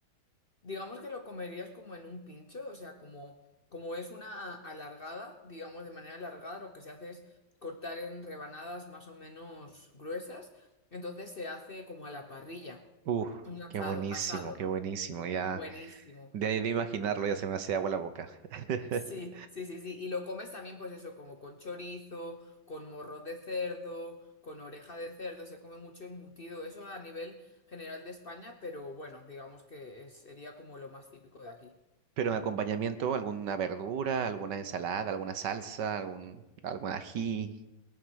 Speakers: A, on the left; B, on the right.
A: Digamos que lo comerías como en un pincho, o sea, como, como es una alargada, digamos de manera alargada, lo que se hace es cortar en rebanadas más o menos gruesas, entonces se hace como a la parrilla,
B: Uf,
A: un asado,
B: qué buenísimo,
A: asado,
B: qué
A: ¿no?
B: buenísimo. Ya,
A: Buenísimo.
B: de ahí de imaginarlo, ya se me hace agua la boca. <laughs>
A: Sí, sí, sí, sí. Y lo comes también, pues eso, como con chorizo, con morro de cerdo, con oreja de cerdo, se come mucho embutido, eso a nivel general de España, pero bueno, digamos que es- sería como lo más típico de aquí.
B: Pero en acompañamiento, alguna verdura, alguna ensalada, alguna salsa, algún, algún ají.